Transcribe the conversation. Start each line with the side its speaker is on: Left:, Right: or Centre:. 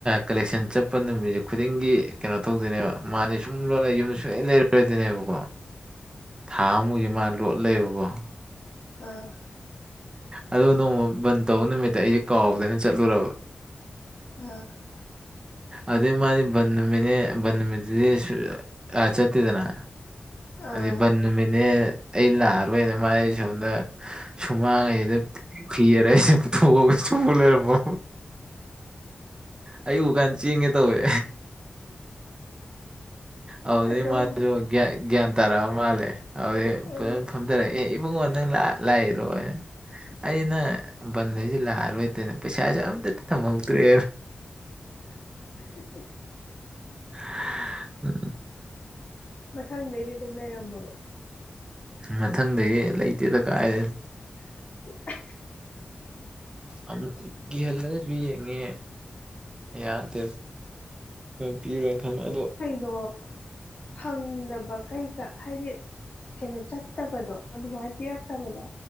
Right: ꯀꯂꯦꯛꯁꯟ ꯆꯠꯄ ꯅꯨꯃꯤ ꯈꯨꯗꯤꯡꯒꯤ ꯀꯩꯅꯣ ꯇꯧꯗꯣꯏꯅꯦꯕ ꯃꯥꯗꯤ ꯁꯨꯝ ꯂꯣꯟꯅ ꯌꯨꯝꯗ ꯁꯨꯡꯂꯩ ꯂꯩꯔꯣꯏꯗꯤꯅꯦꯕꯀꯣ ꯊꯥ ꯑꯃꯃꯨꯛ ꯃꯥ ꯂꯣꯠꯂ ꯂꯩꯌꯦꯕꯀꯣ
Left: ꯑꯥ
Right: ꯑꯗꯣ ꯅꯣꯡꯃ ꯕꯟ ꯇꯧꯕ ꯅꯨꯃꯤꯠꯇ ꯑꯩꯁꯦ ꯀꯥꯎꯗꯅ ꯆꯠꯂꯨꯔꯕ
Left: ꯑꯥ
Right: ꯑꯗꯩꯩ ꯃꯥꯗꯤ ꯕꯟꯅꯨꯃꯤꯠꯅꯦ ꯕꯟꯅꯨꯃꯤꯠꯁꯤꯗꯤ ꯑꯥ ꯆꯠꯇꯦꯗꯅ
Left: ꯑꯥ ꯑꯥ
Right: ꯑꯗꯤ ꯕꯟ ꯅꯨꯃꯤꯠꯅꯦ ꯑꯩ ꯂꯥꯛꯑꯔꯣꯏꯅ ꯃꯥꯥꯏ ꯁꯣꯝꯗ ꯁꯨꯃꯥꯡꯑꯥꯏꯗ ꯄꯦꯔꯒ ꯁꯨꯛꯇꯣꯛꯑꯒ ꯁꯨꯛꯇꯣꯛ ꯂꯩꯔꯝꯕ ꯑꯩ ꯎꯀꯥꯟ ꯆꯦꯟꯒꯦ ꯇꯧꯋꯦ ꯑꯗꯨꯗꯩ
Left: ꯑꯗꯨꯝ
Right: ꯃꯥꯁꯨ ꯒ꯭ꯌꯥꯟ ꯒ꯭ꯌꯥꯟ ꯇꯥꯔꯛꯑ ꯃꯥꯜꯂꯦ ꯑꯗꯩꯩ
Left: ꯑꯥ
Right: ꯐꯖꯅ ꯐꯝꯊꯔꯛꯑꯦ ꯑꯦ ꯏꯕꯨꯡꯉꯣ ꯅꯪ ꯂ ꯂꯥꯛꯏꯔꯣ ꯑꯩꯅ ꯕꯟꯗꯗꯤ ꯂꯥꯛꯑꯔꯣꯏꯗꯅ ꯄꯩꯁꯥꯁꯦ ꯑꯝꯇ ꯊꯝꯍꯧꯗ꯭ꯔꯦ
Left: <unintelligible>
Right: <unintelligible>
Left: ꯃꯊꯪꯗꯩꯗꯤ ꯑꯗꯨꯝ ꯂꯩꯔꯝꯃꯕꯣ
Right: ꯃꯊꯪꯗꯒꯤ ꯂꯩꯇꯦꯗ ꯀꯥꯏꯗꯩꯩ
Left: <unintelligible>
Right: ꯑꯃꯨꯛ ꯀꯤꯍꯜꯂꯒꯁꯨ ꯌꯦꯡꯉꯦ ꯌꯥꯗꯦ ꯄꯤꯔꯣꯏꯅ ꯈꯪ ꯑꯗꯨ
Left: ꯗꯣ ꯐꯪꯗꯕ ꯀꯩꯀ ꯍꯥꯏꯗꯤ ꯀꯩꯅꯣ ꯆꯠꯇꯕꯗꯣ ꯑꯗꯨꯃꯥꯏꯅ ꯄꯤꯔꯛꯇꯕꯗꯣ